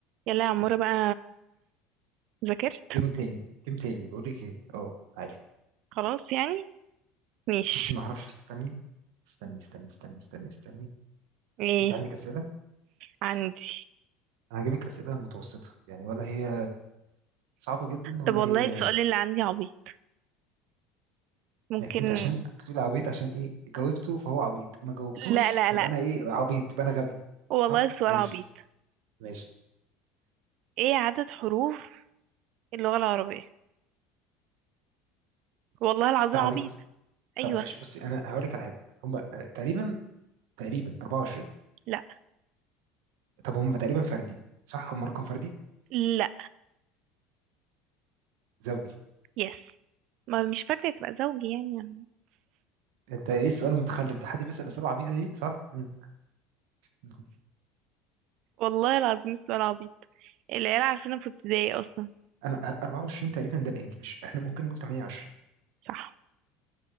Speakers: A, on the right; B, on the right.
A: يلا يا عمورة بقى ذاكرت
B: جيم تاني جيم تاني بقول لك ايه اه تعالي
A: خلاص يعني ماشي
B: بصي ما اعرفش استني استني استني استني استني استني
A: ايه
B: انت عندك اسئله
A: عندي
B: انا هجيبك اسئله متوسطه يعني ولا هي صعبه جدا ولا
A: طب والله
B: هي
A: السؤال اللي عندي عبيط ممكن
B: ماشي انت عشان بتقول عبيط عشان ايه جاوبته فهو عبيط ما جاوبتوش
A: لا لا
B: فبقى
A: لا
B: انا ايه عبيط يبقى انا غبي
A: والله
B: صح
A: السؤال
B: ماشي
A: عبيط
B: ماشي
A: ايه عدد حروف اللغة العربية والله العظيم
B: ده
A: عبيط
B: عبيط
A: ايوه
B: طب ماشي بصي انا هقول لك على حاجه هم تقريبا تقريبا 24
A: لا
B: طب هم تقريبا فردي صح هم رقم فردي
A: لا
B: زوجي
A: يس ما مش فاكرة تبقى زوجي يعني
B: انت ايه السؤال المتخلف ده حد بيسال اسئله عبيطه دي صح مم. نعم.
A: والله العظيم السؤال عبيط العيال عارفينه في ابتدائي اصلا
B: انا 24 تقريبا ده الانجليش احنا ممكن نقول 28
A: صح